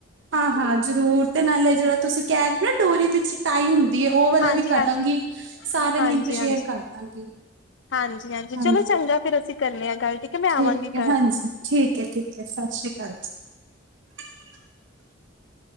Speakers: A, on the right; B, on the left.
A: ਹਾਂ-ਹਾਂ ਜ਼ਰੂਰ। ਨਾਲੇ ਜਿਹੜਾ ਤੁਸੀਂ ਕਹਿ ਰਹੇ ਨਾ ਡੋਰੀ ਵਿੱਚ ਟਾਈ ਹੁੰਦੀ ਹੈ ਉਹ ਵਾਲਾ
B: ਹਾਂਜੀ
A: ਵੀ ਕਰਦਾਂਗੀ।
B: ਹਾਂਜੀ
A: ਸਾਰੇ
B: ਹਾਂਜੀ
A: ਲਿੰਕ
B: ਹਾਂਜੀ
A: ਸ਼ੇਅਰ ਕਰਦਾਂਗੀ।
B: ਹਾਂਜੀ ਚਲੋ
A: ਹਾਂਜੀ,
B: ਚੰਗਾ ਫਿਰ ਅਸੀਂ ਕਰਨੇ ਆ ਗੱਲ ਹੈ ਮੈਂ
A: ਠੀਕ
B: ਆਵਾਂਗੀ
A: ਹੈ
B: ਘਰ
A: ਹਾਂਜੀ ਠੀਕ ਠੀਕ ਹੈ ਸਤਿ ਸ੍ਰੀ ਅਕਾਲ ਜੀ। <inaudible>